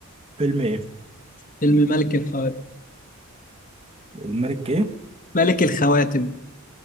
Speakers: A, on the right (about 25°); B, on the left (about 35°).
A: فيلم ايه
B: فيلم ملك الخواتم
A: الملك ايه
B: ملك الخواتم